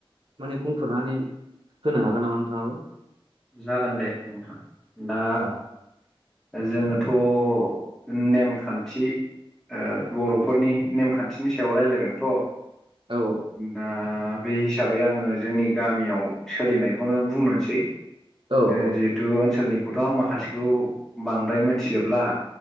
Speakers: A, on the right (about 60°); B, in the centre.
A: माने बुंथ'नानै होनो हागोन नामा नोंथांङाबो
B: जागोन दे नोंथां दा
A: औ
B: जोङोथ' नेमखान्थि ओ बर'फोरनि नेमखान्थिनि सायाव राय्लायदोंथ'
A: औ
B: दा बे हिसाबै आङो जोंनि गामियाव सोलिनायखौनो बुंनोसै ओ
A: औ औ
B: जिहेतु ओनसोलनिखौथ' आं माखासेखौ बांद्राय मोनथिजोबला